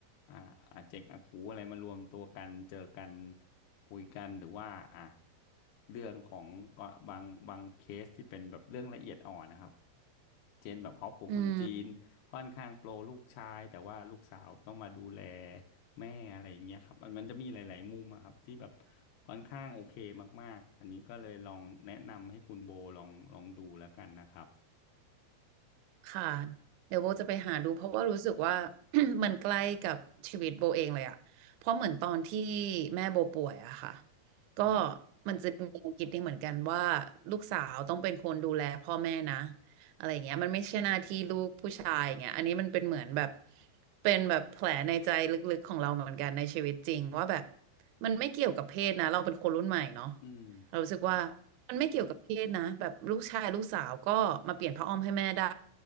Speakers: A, on the left (about 80°); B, on the right (about 85°).
A: อ่าอาเจกอากูอะไรมารวมตัวกันเจอกันคุยกันหรือว่าอ่ะเรื่องของก็บางบางเคสที่เป็นแบบเรื่องละเอียดอ่อนนะครับเช่นแบบครอบครัวคนจีนค่อนข้างโปรลูกชายแต่ว่าลูกสาวต้องมาดูแล
B: อืม
A: แม่อะไรอย่างเงี้ยครับมันมันจะมีหลายๆมุมอะครับที่แบบค่อนข้างโอเคมากๆอันนี้ก็เลยลองแนะนำให้คุณโบลองลองดูแล้วกันนะครับ
B: ค่ะเดี๋ยวโบจะไปหาดูเพราะว่ารู้สึกว่า <clears throat> มันใกล้กับชีวิตโบเองเลยอะเพราะเหมือนตอนที่แม่โบป่วยอะค่ะก็
A: ครับ
B: มันจะมีแนวามคิดนี้เหมือนกันว่าลูกสาวต้องเป็นคนดูแลพ่อแม่นะอะไรอย่างเงี้ยมันไม่ใช่หน้าที่ลูกผู้ชายอย่างเงี้ยอันนี้มันเป็นเหมือนแบบเป็นแบบแผลในใจลึกๆของเราเหมือนกันในชีวิตจริงว่าแบบมันไม่เกี่ยวกับเพศนะเราเป็นคนรุ่นใหม่เนาะ
A: อืม
B: เรารู้สึกว่า
A: ครับ
B: มันไม่เกี่ยวกับเพศนะแบบลูกชายลูกสาวก็มาเปลี่ยนผ้าอ้อมให้แม่ได้